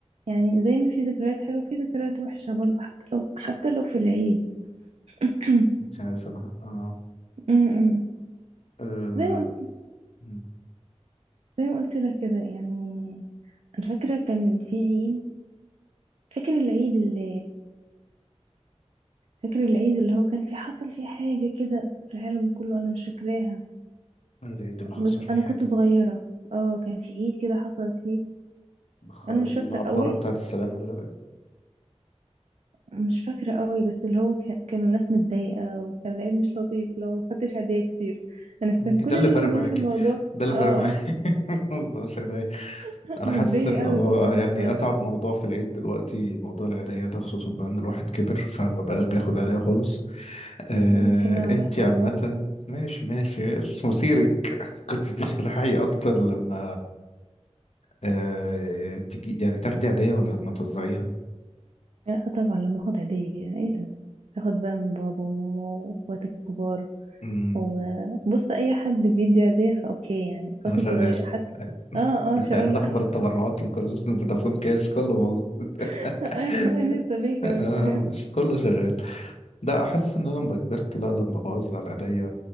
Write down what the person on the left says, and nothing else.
مش عارف انا اه
آه،
مم.
ايه العيد اللي حصل
فيه
حاجة
بخ-
العبارة
بتاعت السلامة ده غير
انت
ده اللي
فارق
معاكي
ده اللي
فارق معاكي <laughs> ما تهزريش عليا
انا
حاسس ان
هو
يعني
اتعب موضوع في العيد دلوقتي موضوع العيدية ده خصوصا بقى ان الواحد كبر فما بقاش بياخد عيدية خالص آه،
انت
عامة
ماشي ماشي بس مثيرك كنت بتفتحي اكتر لما آه، تجي يعني تاخدي عادية ولا لما توزعيها
امم
انا شغال
<laughs>
نقبل
التبرعات من كل فودافون كاش كله موجود
<laughs>
آه،
بس كله شغال لا احس ان انا لما كبرت لا لما بوزع العادية